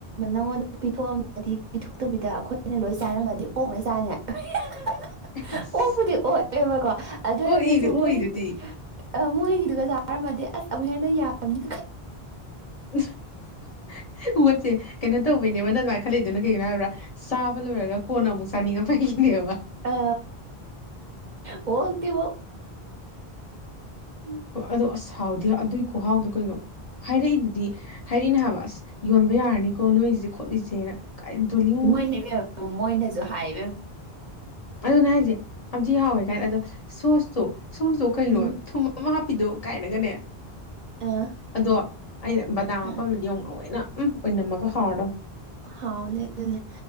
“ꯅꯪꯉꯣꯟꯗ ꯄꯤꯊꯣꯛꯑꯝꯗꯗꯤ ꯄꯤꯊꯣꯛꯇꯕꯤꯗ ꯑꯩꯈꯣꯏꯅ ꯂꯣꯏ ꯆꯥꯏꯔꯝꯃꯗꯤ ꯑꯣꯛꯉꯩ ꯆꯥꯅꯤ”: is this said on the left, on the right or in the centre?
Right